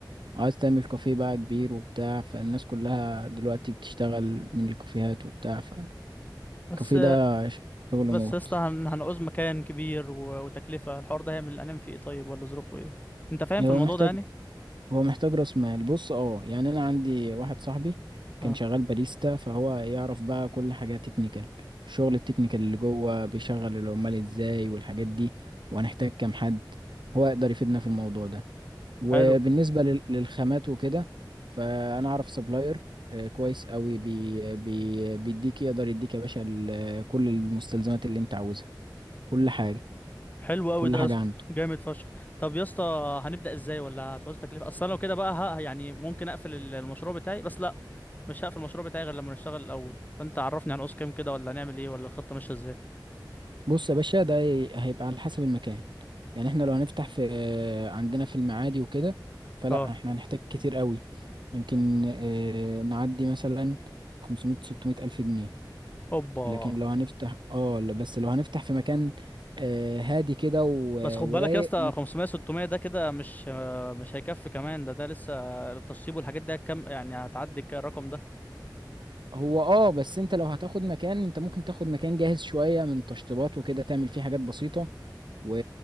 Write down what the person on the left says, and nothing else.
بس
بس يا اسطى هن- هنعوز مكان كبير و- وتكلفه الحوار ده هيعمل انام فيه ايه طيب ولا ظروفه ايه انت فاهم
في الموضوع
ده يعني
اه
حلو
حلو قوي
ده
يا اسطى
جامد فشخ طب يا اسطى هنبدا ازاي ولا هتعوز تكلفه اصل انا لو كده بقى ها يعني ممكن اقفل ال- المشروع بتاعي بس لا مش هقفل المشروع بتاعي غير لما نشتغل الاول فانت عرفني هنعوز كام كده ولا هنعمل ايه ولا الخطه ماشيه ازاي
اه
اوبا
بس خد
بالك يا اسطى 500 600 ده كده مش آه، مش هيكفي كمان ده ده لسه التشطيب والحاجات دي هتكم يعني هتعدي ك- الرقم ده